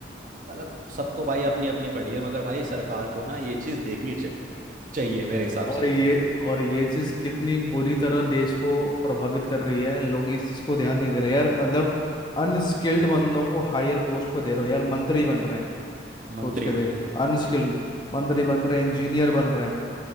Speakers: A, on the right (about 45°); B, on the left (about 25°).
A: मतलब सबको भाई अपनी अपनी पड़ी है मगर भाई सरकार को ना ये चीज देखनी चा- चाहिए मेरे हिसाब से
B: और ये और ये चीज कितनी बुरी तरह देश को प्रभावित कर रही है लोग इस चीज को ध्यान नहीं दे रहे यार मतलब अनस्किल्ड बंदों को हायर पोस्ट पे दे रहे हो यार मंत्री बन रहे हैं
A: मंत्री
B: सोच के देख
A: बनने
B: अनस्किल्ड मंत्री बन रहे हैं इंजीनियर बन रहे हैं